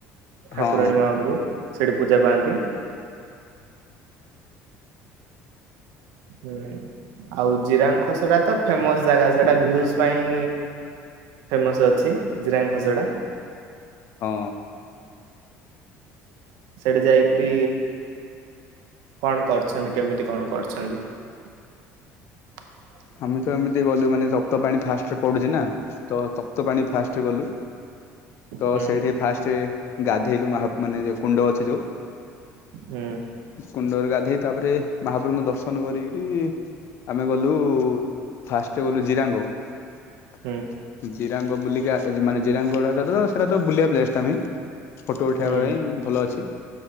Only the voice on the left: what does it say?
ହଁ
ହଁ
ଆମେ ତ ଏମିତି ଗଲୁ ମାନେ ସପ୍ତ ପାଣି ଫାଷ୍ଟରେ ପଡୁଛି ନା ତ ସପ୍ତ ପାଣି ଫାଷ୍ଟରେ ଗଲୁ- ତ
ସେଇଠି ଫାଷ୍ଟ ଗାଧେଇଲୁହା ମାନେ ଯୋଉ କୁଣ୍ଡ ଅଛି ଯୋଉ
କୁଣ୍ଡରେ ଗାଧେଇ ତାପରେ ମହାପ୍ରଭୁଙ୍କୁ ଦର୍ଶନ କରିକି ରି ଆମେ ଗଲୁ ଫାଷ୍ଟରେ ଗଲୁ ଜିରାଙ୍ଗ <unintelligible>
ଜିରାଙ୍ଗ ବୁଲିକି ମାନେ ଜିରାଙ୍ଗଟା ସେଟା ତ ବୁଲିବା ପଲେ ଟାଁ <unintelligible> ଫଟୋ ଉଠେଇବା
ପାଇଁ ଭଲ ଅଛି